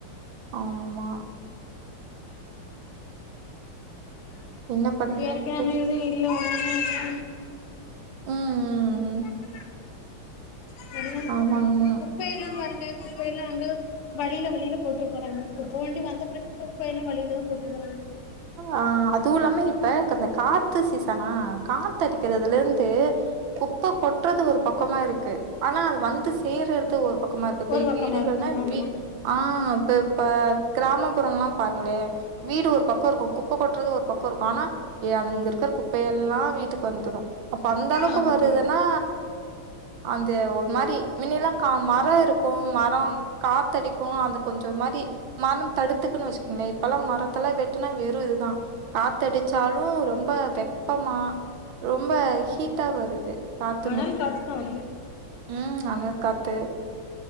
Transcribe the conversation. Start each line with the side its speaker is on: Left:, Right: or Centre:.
Right: ஆம்மா என்ன பண்றது
Left: யாக்கு <unintelligible> நான இது இல்லை ஒன்ன இல்லை
Right: ஆஆஆ
Left: <unintelligible>
Right: ஆமாங்க
Left: குப்பைல்லாம் பாருங்க குப்பை எல்லாம் அங்க வழியில வழியில போட்டுரு போறாங்க குப்பை வண்டி வந்த பிறகு குப்பை எல்லாம் வழியிலதான் போட்டுரு போறாங்க
Right: ஆ அதும் இல்லாம இப்ப இந்த காத்து சீசனா காத்து அடிக்கிறதுல இருந்து குப்பை கொட்றது ஒரு பக்கமா இருக்கு ஆனா அது வந்து சேர்றது ஒரு பக்கமா இருக்கு இப்ப
Left: ஒரு பக்கமா
Right: வீடுகள்னா
Left: இருக்கு ஆமா
Right: வ ஆ இப்ப இப்ப கிராமப்புறமெல்லாம் பாருங்களே வீடு ஒரு பக்கம் குப்பை கொட்டுறது ஒரு பக்கம் இருக்கும் ஆனா அங்க இருக்கிற குப்பையெல்லாம் வீட்டுக்கு வந்துடும் அப்ப அந்த அளவுக்கு
Left: ஆமா
Right: வருதுன்னா
Left: ஆமா
Right: அந்த ஒரு மாதிரி முன்னல்லாம் மர இருக்கும் மரம் காத்தடிக்கும் அது கொஞ்சம் ஒரு மாதிரி மரம் தடுத்துக்குன்னு வச்சுக்கங்களேன் இப்பெல்லாம் மரத்துல வெட்டு வெறும் இதுதான் காத்தடிச்சாலும் ரொம்ப வெப்பமா ரொம்ப ஹீட்டா வருது காத்துமே
Left: அனல் காத்துதா வருது
Right: ம் அனல் காத்து